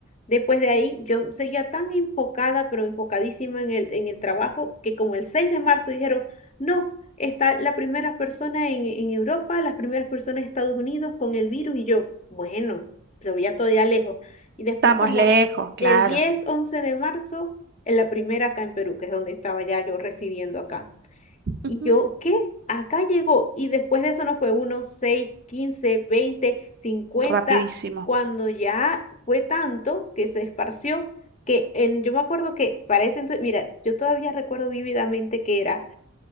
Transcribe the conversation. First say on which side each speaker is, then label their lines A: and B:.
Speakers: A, on the left; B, on the right.
A: Después de ahí, yo seguía tan enfocada, pero enfocadísima en el, en el trabajo, que como el 6 de marzo dijeron, no, está la primera persona en, en Europa, las primeras personas en Estados Unidos con el virus, y yo, bueno, se veía todavía lejos. Y después
B: estamos
A: como
B: lejos, claro.
A: el 10 11 de marzo, en la primera acá en Perú, que es donde estaba ya yo residiendo acá.
B: Ujú.
A: Y yo, ¿qué? Acá llegó. Y después de eso no fue uno, seis, quince veinte 50
B: Rapidísimo.
A: cuando ya fue tanto que se esparció, que en, yo me acuerdo que para ese entonces, mira, yo todavía recuerdo vívidamente que era